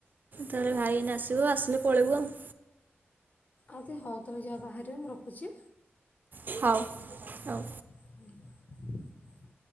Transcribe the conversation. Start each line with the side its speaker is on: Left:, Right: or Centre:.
Right: ତାହେଲେ ଭାଇ ଏଇନା ଆସିବ ଆସିଲେ ପଳେଇବୁ ଆଉ।
Left: ଆଉତେ ହୋଉ ତମେ ଯାହା ବାହହାରିବ ମୁଁ ରଖୁଚି।
Right: ହୋଉ ହୋଉ।
Left: ହୁଁ।